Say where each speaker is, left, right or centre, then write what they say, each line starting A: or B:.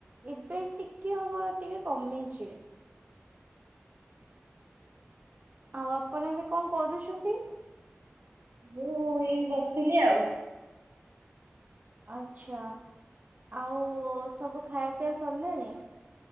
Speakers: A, on the right; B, on the right.
A: ଏବେ ଟିକେ ହବ ଟିକେ କମିଛି। ଆଉ ଆପଣ ଏବେ କଣ କରୁଛନ୍ତି?
B: ମୁଁ ଏଇ ବସିଥିଲି ଆଉ।
A: ଅଚ୍ଛା ଆଉ ସବୁ ଖାଇବା ପିଇବା ସରିଲାଣି?